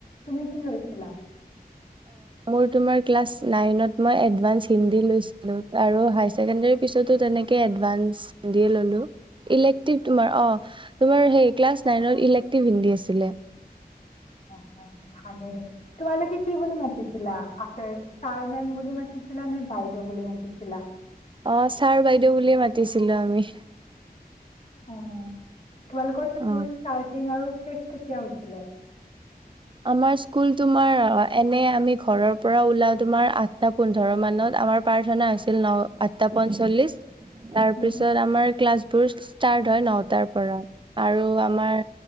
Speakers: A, on the left; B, on the right.
A: তুমি কি লৈছিলা?
B: মই তোমাৰ ক্লাচ নাইনত মই এডভাঞ্চ হিন্দী লৈছিলো আৰু হাইছেকেন্দ্ৰেৰী পিছতো তেনেকে এডভাঞ্চ হিন্দীয়ে ললো। ইলেক্ট্ৰিক তোমাৰ অ তোমাৰ সেই ক্লাচ নাইনত ইলেক্ট্ৰিভ হিন্দী আছিলে
A: অ অ ভালে দেখ তোমালোকে কি বুলি মাত- মাতিছিলা আচাৰ ছাৰ মেম বুলি মাতিছিলা নে বাইদেউ বুলি মাতিছিলা?
B: অ ছাৰ বাইদেউ বুলিয়ে মাতিছিলো আমি
A: উম তোমালোকৰ স্কুল
B: অ'।
A: ষ্টাৰ্টিং আৰু ফেক কেতিয়া হৈছিলে?
B: আমাৰ স্কুল তোমাৰ এনে আমি ঘৰৰ পৰা ওলা তোমাৰ আঠটা পোন্ধৰ মানত আমাৰ প্ৰাৰ্থনা হৈছিল ন আঠটা পঞ্চল্লিশ তাৰ
A: উম,
B: পিছত আমাৰ ক্লাছবোৰ ষ্টাৰ্ট হয় নটাৰ পৰা আৰু আমাৰ